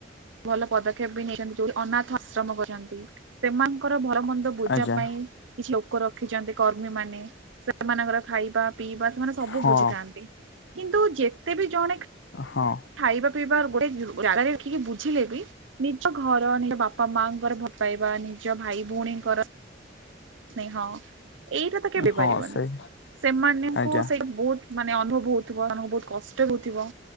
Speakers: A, on the right; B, on the left.
A: ଭଲ ପଦକ୍ଷେପ ବି ନେଇଚନ୍ତି ଯୋଉଠି ଅନାଥ ଆଶ୍ରମ ଚନ୍ତି ସେମାନଙ୍କର ଭଲ ମନ୍ଦ ବୁଝା
B: ଆଜ୍ଞା
A: ପାଇଁ କିଛି ଲୋକ ରଖିଚନ୍ତି କର୍ମୀ ମାନେ। ସେମାନଙ୍କର ଖାଇବା ପିଇବା ସେମାନେ ସବୁ
B: ହଁ
A: ବୁଝିଥାନ୍ତି, କିନ୍ତୁ ଯେତେ ବି ଜଣେ
B: ହଁ।
A: ଖାଇବା ପିଇବା ଗୋଟେ ଜାଗାରେ ରଖିକି ବୁଝିଲେ ବି ନିଜ ଘର ନିଜ ବାପା ବାପା ମା ଙ୍କର ଭଲପାଇବା ନିଜ ଭାଇ ଭଉଣୀଙ୍କର ନ ହଁ ଏଇଟା ତ କେବେ
B: ହଁ
A: ପାରିବ।
B: ସେଇ
A: ସେମାନଙ୍କୁ
B: ଆଜ୍ଞା
A: ସେଇ ବୋହୁତ ମାନେ ଅନୁଭବ ହୋଉଥିବ ମାନଙ୍କୁ ବୋହୁତ କଷ୍ଟ ହୋଉଥିବ।